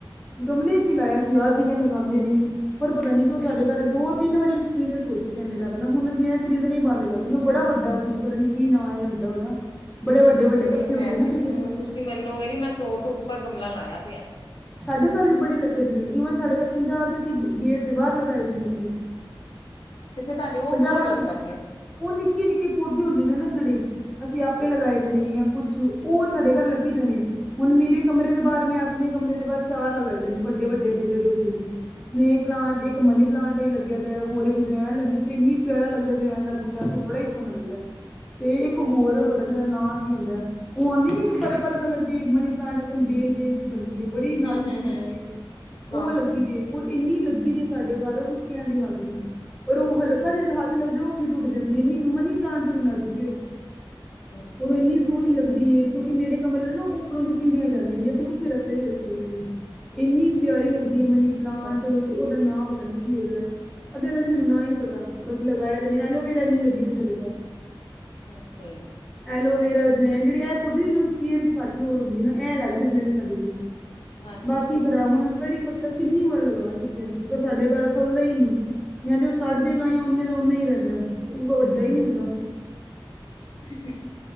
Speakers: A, in the centre; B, on the left.
A: ਗਮਲੇ ਚ ਹੀ ਲਾਇਆ ਸੀ ਯਾਰ ਜਿਵੇਂ ਲਗਾਉਂਦੇ ਨੇ ਪਰ ਪਤਾ ਨੀ ਕਿ ਸਾਡੇ ਘਰ ਦੋ ਤਿੰਨ ਵਾਰੀ। ਐਕਸਪ੍ਰਾਈਨਜ਼ ਹੋ ਚੁੱਕ ਮੇਰਾ ਆਪਣਾ ਹੁਣ ਮੈਂ ਖਰੀਦ ਹੀ ਬੰਦ ਕਰਦੀ ਬੜਾ ਵੱਡਾ ਸੀ ਪਤਾ ਨੀ ਕੀ ਨਾਂ ਹੁੰਦਾ ਉਹਦਾ। ਬੜੇ ਵੱਡੇ-ਵੱਡੇ
B: ਹਾਂ ਨਹੀਂ
A: ਪੱਤੇ
B: ਮੈਂ
A: ਹੁੰਦੇ ਆ ਨਾ
B: ਤੇ
A: ਜਿਹਦੇ।
B: ਤੁਸੀਂ ਮੰਨੋਗੇ ਨੀ ਮੈਂ ਸੋਹ ਤੋਂ ਉੱਪਰ ਗਮਲਾ ਲਾਇਆ ਪਿਆ।
A: ਸਾਡੇ ਘਰ ਵੀ ਬੜੇ ਲੱਗੇ ਦੇ ਨੇ ਈਵਨ ਸਾਡੇ ਘਰ ਪੰਜਾਹ ਤੇ ਅਸੀਂ ਗੇਟ ਦੇ ਬਾਹਰ ਲਗਾਏ ਦੇ ਨੇ ਆਪਣੇ। <inaudible>
B: ਤੇ ਫਿਰ ਤੁਹਾਡੇ ਉਹ
A: ਪੰਜਾਹ
B: ਕਿਉਂ ਨੀ ਲੰਗਦਾ
A: ਤ
B: ਪਿਆ।
A: ਉਹ ਨਿੱਕੇ ਨਿੱਕੇ ਪੌਦੇ ਹੁੰਦੇ ਨੇ ਨਾ ਜਿਹੜੇ। ਅਸੀਂ ਆਪੇ ਲਗਾਏ ਦੇ ਨੇ ਜਾਂ ਕੁਛ ਉਹ ਸਾਡੇ ਘਰ ਲੱਗੇ ਦੇ ਨੇ। ਹੁਣ ਮੇਰੇ ਕਮਰੇ ਦੇ ਬਾਹਰ ਮੈਂ ਆਪਣੇ ਕਮਰੇ ਦੇ ਬਾਹ ਚਾਰ ਲਗਾਏ ਦੇ ਨੇ ਵੱਡੇ-ਵੱਡੇ ਜਿਹੜੇ ਹੁੰਦੇ ਨੇ। ਸਨੇਕ ਪਲਾਂਟ ਹੀ ਇੱਕ ਮਨੀ ਪਲਾਂਟ ਹੀ ਲੱਗਿਆ ਦਾ ਹੈ ਹੋਰ ਇੱਕ ਜਵਾਇਨ ਲੱਗੀ ਹੈ ਇੰਨੀ ਪਿਆਰਾ ਲੱਗਦਾ ਜਵਾਇਨ ਦਾ ਬੂਟ। ਕਰਦੇ ਬੜਾ ਹੀ ਸੋਹਣਾ ਲੱਗਦਾ ਹੈ ਤੇ ਇੱਕ ਹੋਰ ਪਤਾ ਨੀ ਉਹਦਾ ਨਾਂ ਕੀ ਹੁੰਦਾ ਹੈ। ਉਹ ਆਉਂਦੀ ਨ ਇੱਕ ਪਰਪਲ ਕਲਰ ਦੀ ਮਨੀ ਪਲਾਂਟ ਬੇਲ-ਬੇਲ ਜੀ। ਬੜੀ ਨਾਜੁਕ
B: ਹੂੰ ਹੂੰ
A: ਜੀ
B: ਹੂੰ
A: ਹੁੰਦੀ ਹੈ ਉਹ
B: ਹਾਂ ਹਾਂ
A: ਲੱਗੀ ਦੀ ਹੈ। ਉਹ ਇੰਨੀ ਲੱਗੀ ਦੀ ਸਾਡੇ ਘਰ ਉਹ ਕੁਛ ਕਹਿਣ ਦੀ ਹੱਦ ਨੀ ਪਰ ਉਹ ਹਲਕਾ
B: ਹੂੰ।
A: ਜਿਹੇ ਵੀ ਹੱਥ ਲੱਗਦੇ। ਟੁੱਟ ਜਾਂਦੀਏ ਇਹਨੀ ਮਨੀ ਪਲਾਂਟ ਤੋਂ ਵੀ ਨਾ ਨਾਜੁਕ ਉਹ।
B: ਅੱਛਾ
A: ਹੋਰ ਇੰਨੀ
B: ਜੀ
A: ਸੋਹਣੀ ਨੀ ਲੱਗਦੀ ਹੈ। ਕਿਉਂਕਿ ਮੇਰੇ ਕਮਰੇ ਦੇ ਨਾ ਉਪਰੋਂ ਦੀ ਸੀੜੀਆਂ ਜਾਂਦੀਆਂ ਨੇ ਅਸੀਂ ਉੱਥੇ ਰਸਤੇ ਚ ਰੱਖੀ। ਇਨੀ ਪਿਆਰੀ ਲੱਗਦੀ ਹੈ। ਮਨੀ ਪਲਾਂਟ
B: ਓਕੇ
A: ਤੇ ਉਹਦਾ ਨਾਂ ਪਤਾ ਨੀ ਕੀ ਹੈਗਾ ਹੈ? ਅੱਧਿਆ ਦਾ ਤਾ ਮੈਨੂੰ ਨਾਂ ਹੀ ਨਹੀਂ ਪਤਾ ਬਸ ਲਗਾ ਹੀ ਦਿਨੇ ਆ ਐਲੋਵੇਰਾ ਇੰਨੀ ਲੱਗੀ ਸੀ ਸਾਡੇ ਘਰ।
B: ਓਕ।
A: ਐਲੋਵੇਰਾ ਜਵੈਨ ਜਿਹੜੀ ਇਹ ਖੁਦ ਵੀ ਉਹਨਾਂ ਨੂੰ ਕੇਅਰ ਦੀ ਘੱਟ ਲੋੜ ਹੁੰਦੀ ਨਾ ਐਂ ਲੱਗ ਜਾਂਦੇ ਨੇ ਸਾਡੇ ਕੋਲੋਂ।
B: ਹਾਂਜੀ
A: ਬਾਕੀ
B: ਹਾਂਜੀ
A: ਖਰਾ ਹੁਣ ਕੜੀ ਪੱਤਾ ਕਿੰਨੀ ਵਾਰ ਲਗਾ ਚੁੱਕਿਆ ਸੀ ਪਰ ਸਾਡੇ ਘਰ ਫਲਦਾ ਹੀ ਨਹੀਂ। ਜਾਂ ਤੇ ਉਹ ਸੜ ਜੇ ਗਾ ਜਾਂ ਓਨੇ ਦਾ ਓਨਾ ਹੀ ਰਹਿੰਦਾ ਉਹ ਵੱਡਾ ਹੀ ਨਹੀਂ ਹੁੰਦਾ।
B: ਠੀਕ ਹੈ